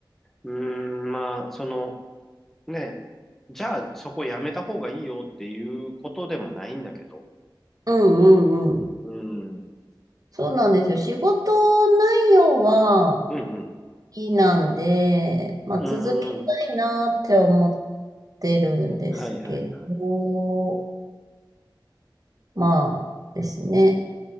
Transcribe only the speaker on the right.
うんうんうん。
そうなんですよ。仕事内容は好
きなんで、まあ続けたいなって思っ
てるんですけど、
まあですね。